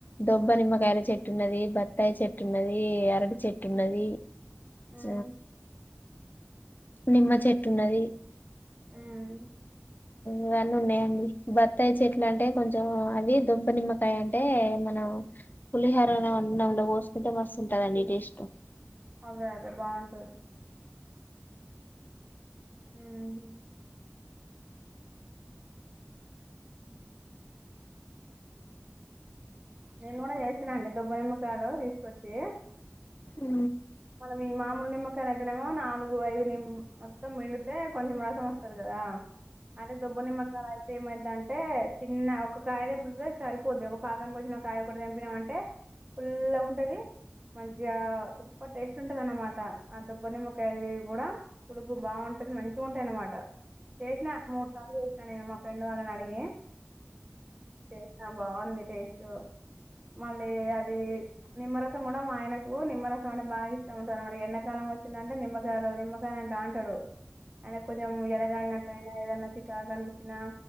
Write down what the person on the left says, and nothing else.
దొబ్బ నిమ్మకాయల చెట్టు ఉన్నది బత్తాయి చెట్టు ఉన్నది ఆరటి చెట్టు ఉన్నది చ
నిమ్మ చెట్టున్నది
ఇవన్నీ ఉన్నాయండి. బత్తాయి చెట్లు అంటే కొంచెం అవి దుబ్బ నిమ్మకాయ అంటే, మనం పులిహోర అన్నంలో పోసుకుంటే మస్తుంటదండి టేస్ట్
హు